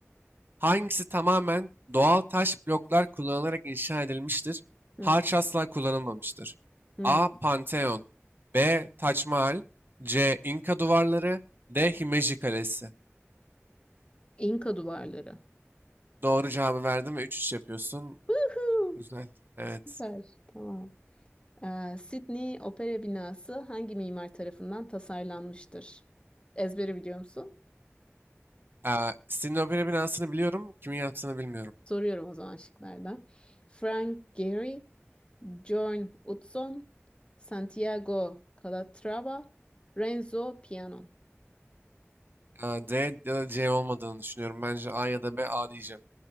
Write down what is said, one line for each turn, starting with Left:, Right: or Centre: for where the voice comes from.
Right: Hangisi tamamen doğal taş bloklar kullanılarak inşa edilmiştir?
Left: Hı,
Right: Harç asla kullanılmamıştır.
Left: hı.
Right: A. Pantheon B. Taç Mahal C. İnka duvarları D. Himeji Kalesi.
Left: İnka duvarları.
Right: Doğru cevabı verdim ve üç üç yapıyorsun.
Left: Woohoo!
Right: Güzel. Evet.
Left: Süper. Tamam. Ee, Sydney Opera Binası hangi mimar tarafından tasarlanmıştır? Ezbere biliyor musun?
Right: Aa, Sydney Opera binasını biliyorum. Kimin yaptığını bilmiyorum.
Left: Soruyorum o zaman şıklarda. Frank Gehry, Björn Utzon, Santiago Calatrava, Renzo Piano.
Right: Aa, D ya da C olmadığını düşünüyorum. Bence A ya da B. A diyeceğim.